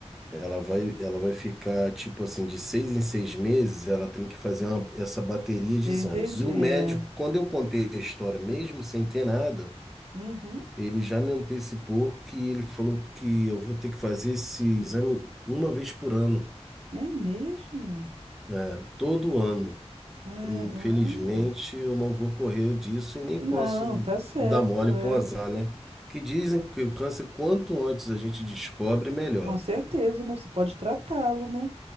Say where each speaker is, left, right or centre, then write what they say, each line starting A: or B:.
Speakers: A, in the centre; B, on the right.
A: ela vai, ela vai ficar tipo assim, de seis em seis meses, ela tem que fazer uma- essa bateria de
B: Eu
A: exames.
B: entendi,
A: E o
B: é.
A: médico, quando eu contei a história, mesmo sem ter nada,
B: Uhum.
A: ele já me antecipou que ele falou que eu vou ter que fazer esse exame uma vez por ano,
B: É mesmo?
A: é, todo ano.
B: Caramba.
A: Infelizmente, eu não vou correr disso e nem
B: Não,
A: posso
B: tá certo,
A: dar mole
B: é.
A: pro azar, né? Que dizem que o câncer, quanto antes a gente descobre, melhor.
B: Com certeza, né? Você pode tratá-lo, né?